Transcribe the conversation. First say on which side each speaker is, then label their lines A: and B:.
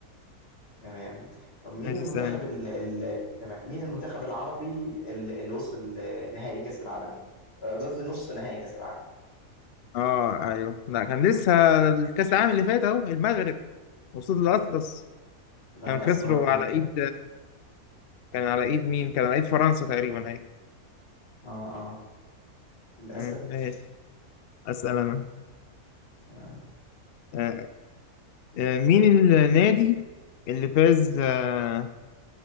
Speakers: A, on the left (about 40°); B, on the left (about 65°).
A: تمام، طب مين
B: ماشي
A: المنتخب
B: سلام
A: ال ال تمام، مين المنتخب العربي ال اللي وصل نهائي كأس العالم؟ آآ، قصدي نُص نهائي كأس العالم.
B: اه ايوه لا كان لسه الكاس العالم اللي فات اهو المغرب قصاد الاطلس
A: لا،
B: كان
A: لأ،
B: خسروا
A: صلاح انتهى،
B: على ايد كان على ايد مين كان على ايد فرنسا تقريبا ايوه
A: آه، آه، للأسف،
B: مم، ماشي اسال انا
A: تمام،
B: آه، آه، مين النادي اللي فاز آه،